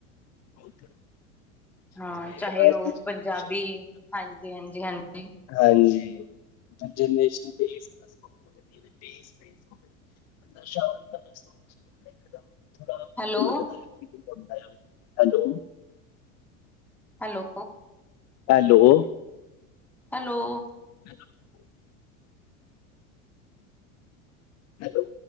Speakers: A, on the left (about 40°); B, in the centre.
A: ਉਹ ਤਾਂ ਹੈ।
B: ਹਾਂ
A: ਜਿਵੇਂ
B: ਚਾਹੇ
A: ਅੱਜ
B: ਉਹ
A: ਦੀ ਜਨਰੇਸ਼ਨ
B: ਪੰਜਾਬੀ ਹਾਂਜੀ ਹਾਂਜੀ ਹਾਂਜੀ
A: <unintelligible> <unintelligible> ਥੋੜਾ ਬਹੁ
B: ਹੈਲੋ
A: ਲੱਗਦਾ ਆਦਾ hello
B: hello
A: hello
B: hello
A: <inaudible> hello